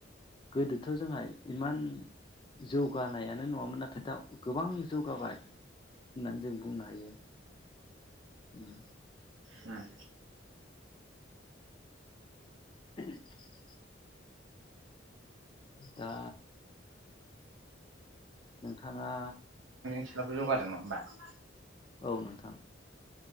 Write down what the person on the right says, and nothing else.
हम
फस्लाबो जौगादों नङा होमबा